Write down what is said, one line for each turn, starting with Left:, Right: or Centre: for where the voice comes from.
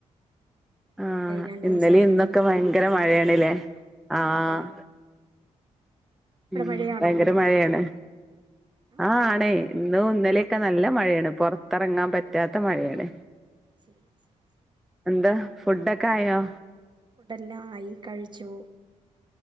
Centre: ആഹ്
Right: രണ്ടു
Centre: ഇന്നലേം
Right: ദിവസമായിട്ട്
Centre: ഇന്നൊക്കെ
Right: നല്ല
Centre: ഭയങ്കര മഴയേണ്ല്ലേ ആഹ്
Right: അതെ അവിടെ
Centre: ഉം
Right: മഴയാണോ
Centre: ഭയങ്കര മഴയാണ്
Right: ആ
Centre: ആഹ്
Right: മഴ
Centre: ആണേ
Right: തന്നെ
Centre: ഇന്നൂ ഇന്നലെയൊക്കെ നല്ല മഴയാണ് പൊറത്തറങ്ങാൻ പറ്റാത്ത മഴയാണ്
Right: ശരി ശരി ശരി
Centre: എന്താ ഫുഡൊക്കെ ആയോ
Right: ഫുഡ് എല്ലാം ആയി കഴിച്ചു